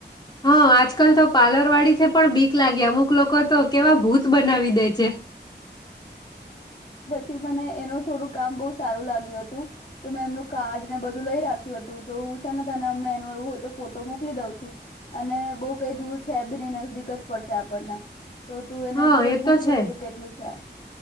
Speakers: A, on the left (about 25°); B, on the left (about 40°).
A: હા આજકાલ તો પાર્લર વાડીીથી પણ બીક લાગી અમુક લોકો તો કેવા ભૂત બનાવી દે છે
B: થી મને એનું થોડુંક કામ બહ સારું લાગ્યું હતું તો મેં એમનું કાર્ડ ને બધું લઈ રાખ્યું હતું તો હું છે ને તને અમને એ એવું હોય તો ફોટો મોકલી દઉં છું અને બહ કઈ દૂર છે બી ન નજદીક જ પડશે આપણને તો તું એને
A: હા
B: એક વખત
A: એ
B: પૂછી
A: તો છે
B: દઉજે કેટલું છે